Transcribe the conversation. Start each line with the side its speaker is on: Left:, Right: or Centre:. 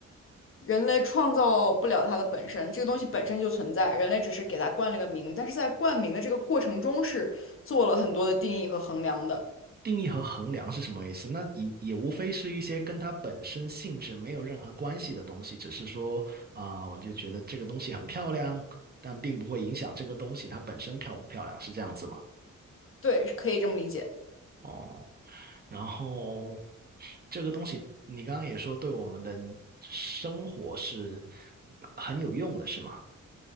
Left: 人类创造不了它的本身，这个东西本身就存在，人类只是给它冠了个名，但是在冠名的这个过程中是做了很多的定义和衡量的。
Right: 定义和衡量是什么意思？那也也无非是一些跟它本身性质没有任何关系的东西，只是说啊、我就觉得这个东西很漂亮，但并不会影响这个东西它本身漂不漂亮，是这样子吗？
Left: 对，可以这么理解。
Right: 哦，然后这个东西你刚刚也说对我们的生活是很有用的，是吗？